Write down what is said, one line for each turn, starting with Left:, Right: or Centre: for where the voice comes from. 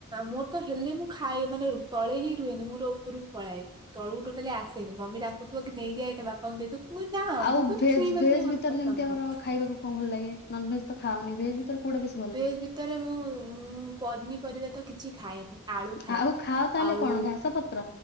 Right: ମୋର ତ ହେଲେ ମୁଁ ଖାଏ ମାନେ ତଳେ ହିଁ ରୁହେନି ମୋର ଉପରକୁ ପଳାଏ। ତଳକୁ ଟୋଟାଲି ଆସେନି ମମିଡାକୁଥିବ କି ନେଇଯା ଏଇଟା ବାପାଙ୍କୁ ଦେଇଦବୁ। ମୁଁ କହିବି ନା
Left: ଆଉ
Right: ମୁଁ ତ
Left: ଭେଜ୍
Right: ଛୁଇଁବାକୁ
Left: ଭେଜ୍
Right: ବି ମତେ
Left: ଭିତରେ
Right: ପସନ୍ଦ
Left: ଯେମିତି ଆମର
Right: ନୁହଁ
Left: ଖାଇବାକୁ କଣ ଭଲ ଲାଗେ ନନ୍ ଭେଜ ତ ଖାଅନି ଭେଜ୍ ଭିତରେ କୋଉଟା ବେଶ
Right: ଭେଜ୍ ଭିତରେ ମୁଁ ମୁଁ ପନିପରିବା ତ କିଛି ଖାଏନି। ଆଳୁ
Left: ପାଇଁ?
Right: ଖାଏ
Left: ଆଉ ଖାଅ ତାହେଲେ
Right: ଆଉ
Left: କଣ ଘାସ ପତ୍ର